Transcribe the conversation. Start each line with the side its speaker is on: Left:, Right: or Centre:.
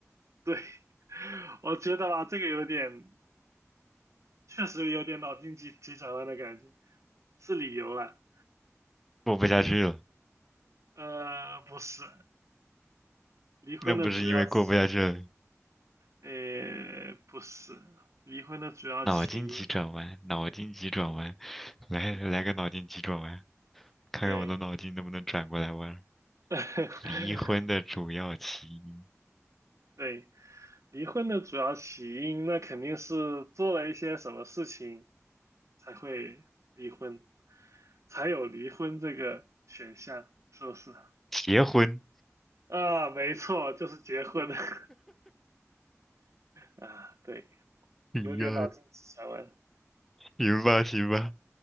Right: 对，<laughs> 我觉得吧，这个有点，确实有点脑筋急急转弯的感觉，是理由了。
Centre: 过不下去了，
Right: 离，呃，不是，离婚的主要起，
Centre: 那不是因为过不下去了。
Right: 呃，不是，离婚的主要起因，
Centre: 脑筋急转弯，脑筋急转弯，来来个脑筋急转弯，看看我的脑筋能不能转过来弯儿。
Right: 对。<laughs>
Centre: 离婚的主要起因，
Right: 对，离婚的主要起因，那肯定是做了一些什么事情才会离婚，才有离婚这个选项，是不是？
Centre: 结婚。
Right: 啊，没错，就是结婚。<laughs> 啊，对，
Centre: 哎呀，
Right: 有点脑筋急转弯。
Centre: 行吧行吧，